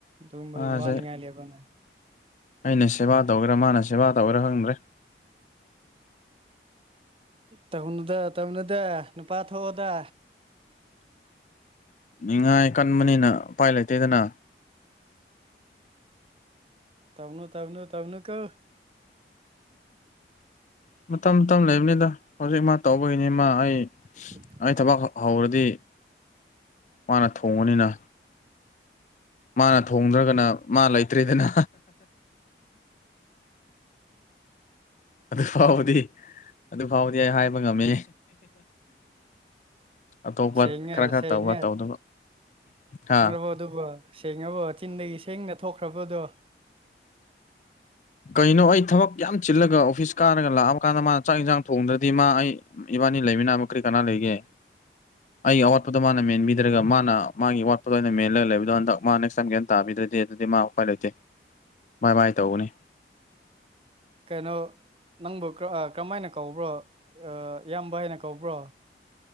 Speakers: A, on the right (about 30°); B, on the left (about 40°).
A: ꯗꯨꯝꯕꯩ
B: ꯃꯥꯁꯦ
A: ꯋꯥꯅꯤꯡꯉꯥꯏ ꯂꯩꯕꯔꯅꯦ
B: ꯑꯩꯅ ꯁꯦꯕꯥ ꯇꯧꯒꯦꯔꯥ ꯃꯥꯅ ꯁꯦꯕꯥ ꯇꯧꯒꯦꯔꯥ ꯍꯪꯗ꯭ꯔꯦ
A: ꯇꯧꯅꯨꯗ ꯇꯧꯅꯨꯗ ꯅꯨꯄꯥ ꯊꯣꯛꯑꯣꯗ
B: ꯅꯤꯡꯉꯥꯏ ꯀꯟꯕꯅꯤꯅ ꯎꯄꯥꯏ ꯂꯩꯇꯦꯗꯅ
A: ꯇꯧꯅꯨ ꯇꯧꯅꯨ ꯇꯧꯅꯨꯀꯣ
B: ꯃꯇꯝ ꯃꯇꯝ ꯂꯩꯕꯅꯦꯗ ꯍꯧꯖꯤꯛ ꯃꯥ ꯇꯧꯕꯩꯅꯦ ꯃꯥ ꯑꯩ
A: <inaudible>
B: ꯑꯩ ꯊꯕꯛ ꯍꯧꯔꯗꯤ ꯃꯥꯅ ꯊꯣꯡꯕꯅꯤꯅ ꯃꯥꯅ ꯊꯣꯡꯗ꯭ꯔꯒꯅ ꯃꯥ ꯂꯩꯇ꯭ꯔꯦꯗꯅ <inaudible> ꯑꯗꯨ ꯐꯥꯎꯕꯗꯤ ꯑꯗꯨ ꯐꯥꯎꯗꯤ ꯑꯩ ꯍꯥꯏꯕ ꯉꯝꯃꯦ ꯑꯇꯣꯞꯄ
A: ꯁꯦꯡꯉꯦ
B: ꯈꯔ ꯈꯔ
A: ꯁꯦꯡꯉꯦ
B: ꯇꯧꯕ ꯇꯧꯗꯕ ꯍꯥꯥ
A: ꯍꯣ ꯗꯨꯕ ꯁꯦꯡꯉꯕꯣ ꯆꯤꯟꯗꯒꯤ ꯁꯦꯡꯅ ꯊꯣꯛꯈ꯭ꯔꯕꯗꯣ
B: ꯀꯩꯅꯣ ꯑꯩ ꯊꯕꯛ ꯌꯥꯝ ꯆꯤꯜꯂꯒ ꯑꯣꯐꯤꯁ ꯀꯥꯔꯒ ꯂꯥꯛꯑꯕ ꯀꯥꯟꯗ ꯃꯥꯅ ꯆꯥꯛ ꯌꯦꯟꯁꯥꯡ ꯊꯣꯡꯗ꯭ꯔꯗꯤ ꯃꯥ ꯑꯩ ꯏꯕꯥꯟꯅꯤ ꯂꯩꯃꯤꯅꯕ ꯀꯔꯤ ꯀꯅꯥ ꯂꯩꯒꯦ
A: <inaudible>
B: ꯑꯩꯒꯤ ꯑꯋꯥꯠꯄꯗꯣ ꯃꯥꯅ ꯃꯦꯟꯕꯤꯗ꯭ꯔꯒ ꯃꯥꯅ ꯃꯥꯒꯤ ꯑꯋꯥꯠꯄꯗꯣ ꯑꯩꯅ ꯃꯦꯜꯂꯒ ꯂꯩꯕꯗꯣ ꯍꯟꯗꯛ ꯃꯥ ꯅꯦꯛꯁ ꯇꯥꯏꯝ ꯒꯌ꯭ꯥꯟ ꯇꯥꯕꯤꯗ꯭ꯔꯗꯤ ꯑꯗꯨꯗꯤ ꯃꯥ ꯎꯄꯥꯏ ꯂꯩꯇꯦ ꯕꯥꯏ ꯕꯥꯏ ꯇꯧꯒꯅꯤ
A: ꯀꯩꯅꯣ ꯅꯪꯕꯨ ꯀꯔꯥ ꯀꯔꯝꯃꯥꯏꯅ ꯀꯧꯕ꯭ꯔꯣ ꯑꯥ ꯏꯌꯥꯝꯕ ꯍꯥꯏꯅ ꯀꯧꯕ꯭ꯔꯣ